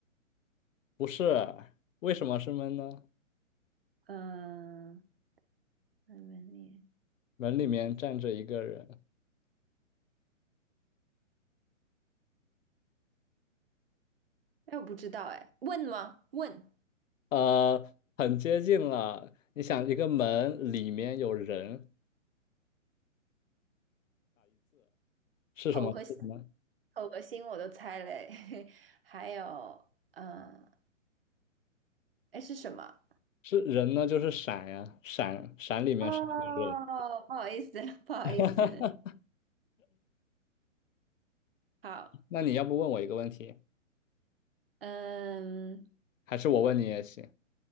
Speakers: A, on the left (about 75°); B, on the right (about 45°).
A: 不是，为什么是门呢？
B: 嗯、门门里，
A: 门里面站着一个人，
B: 哎，我不知道，哎，问吗？问，
A: 呃，很接近了。你想，一个门里面有人。是什么？
B: 口和心，
A: 字呢？
B: 口和心我都猜嘞，<laughs> 还有，嗯、哎，是什么？
A: 是人呢？就是闪呀，闪闪里面是一个人。
B: 哦，不好意思，<laughs> 不好意思，
A: <laughs>
B: 好，
A: 那你要不问我一个问题，
B: 嗯
A: 还是我问你也行？